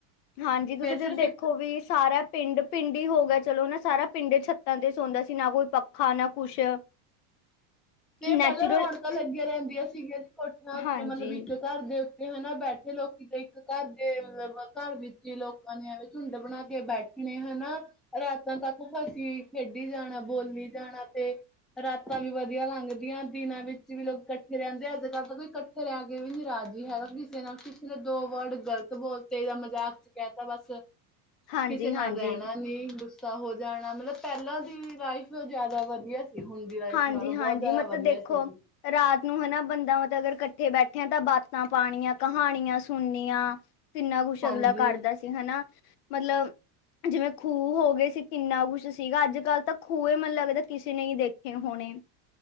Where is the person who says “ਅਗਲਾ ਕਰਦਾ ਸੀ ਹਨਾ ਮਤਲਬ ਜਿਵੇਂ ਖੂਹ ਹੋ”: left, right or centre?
Left